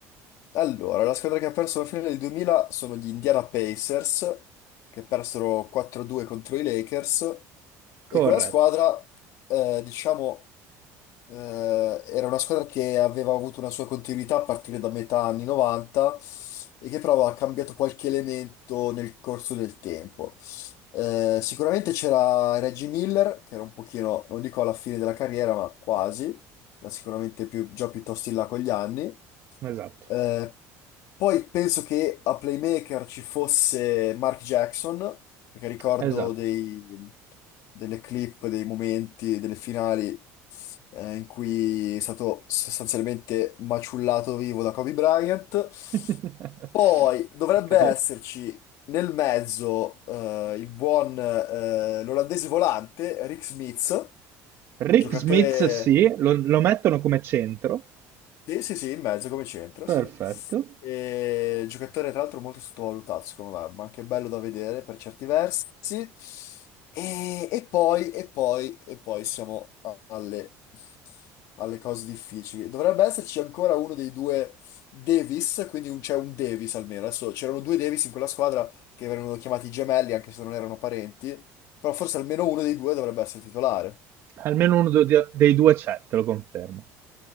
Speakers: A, on the left; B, on the right.
A: Allora, la squadra che ha perso la finale del 2000 sono gli Indiana Pacers, che persero 4-2 contro i Lakers, e
B: Corretto,
A: quella squadra, eh, diciamo Eh, era una squadra che aveva avuto una sua continuità a partire da metà anni 90 e che però aveva cambiato qualche elemento nel corso del tempo. Eh, sicuramente c'era Reggie Miller, che era un pochino, non dico alla fine della carriera, ma quasi, ma sicuramente più- già piuttosto in là con gli anni.
B: esatto,
A: Eh, poi penso che a playmaker ci fosse Mark Jackson, perché ricordo
B: esatto.
A: dei- delle clip, dei momenti, delle finali eh, in cui è stato sostanzialmente maciullato vivo da Kobe Bryant.
B: <laughs>
A: Poi dovrebbe
B: Ok.
A: esserci nel mezzo eh, il buon eh, l'olandese volante Rick Smith,
B: Rick
A: giocatore...
B: Smith sì, lo, lo mettono come centro.
A: Sì, sì, sì, in mezzo come centro,
B: Perfetto.
A: sì. E giocatore tra l'altro molto sottovalutato, secondo me, ma anche bello da vedere per certi versi. E, e poi, e poi, e poi siamo a- alle, alle cose difficili. Dovrebbe esserci ancora uno dei due Davis, quindi un- c'è un Davis almeno. Adesso c'erano due Davis in quella squadra che venivano chiamati gemelli, anche se non erano parenti, però forse almeno uno dei due dovrebbe essere titolare.
B: Almeno uno do- dei due c'è, te lo confermo.